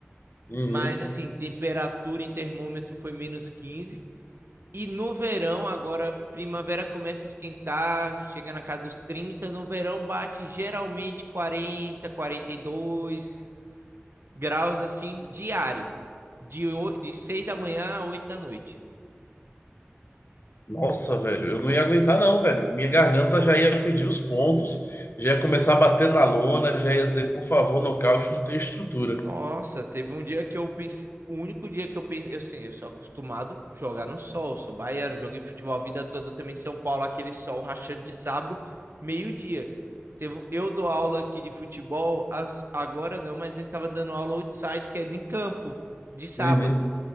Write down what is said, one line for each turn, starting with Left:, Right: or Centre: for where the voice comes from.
Left: uhum.
Right: Mas assim, temperatura em termômetro foi menos 15. E no verão, agora, primavera começa a esquentar, chega na casa dos 30. No verão, bate geralmente quarenta, quarenta e dois graus assim, diário. De, de 6 da manhã a 8 da noite.
Left: Nossa, velho, eu não ia aguentar não, velho. Minha garganta já ia pedir os pontos, já ia começar a bater na lona, já ia dizer, por favor, nocaute, não tem estrutura.
Right: Nossa, teve um dia que eu pensei. O único dia que eu pensei. Eu, assim, eu sou acostumado a jogar no sol, sou baiano, joguei futebol a vida toda também em São Paulo, aquele sol rachando de sábado, meio-dia. Teve, eu dou aula aqui de futebol, as, agora não, mas a gente tava dando aula outside, que é em campo, de sábado.
Left: Uhum.